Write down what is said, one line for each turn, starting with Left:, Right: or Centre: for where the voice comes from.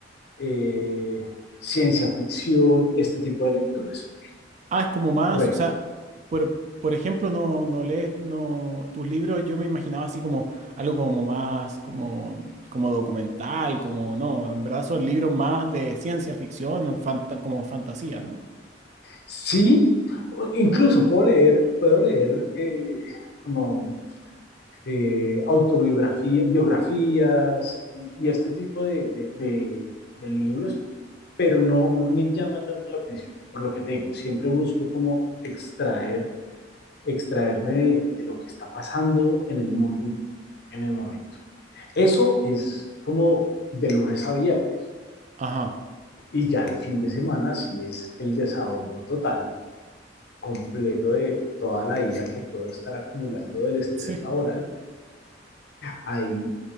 Left: eh, ciencia ficción, este tipo de lecturas.
Right: Ah, es como más,
Left: Por ejemplo,
Right: o sea, por, por ejemplo, no, no lees no, tus libros, yo me imaginaba así como algo como más, como, como documental, como no, en verdad son libros más de ciencia ficción, o fanta- como fantasía, ¿no?
Left: sí, incluso puedo leer, puedo leer eh, como eh, autobiografías, biografías y, y, este tipo de, de, de, de, libros, pero no, no me llama tanto la atención. Por lo que te digo, siempre busco como extraer, extraerme de de lo que está pasando en el mundo en el momento. Eso
Right: O-
Left: es como de lunes a viernes.
Right: ajá,
Left: Y ya el fin de semana sí es el desahogo total, completo de toda la ira que puedo estar acumulando del estrés
Right: sí.
Left: laboral. Ahí,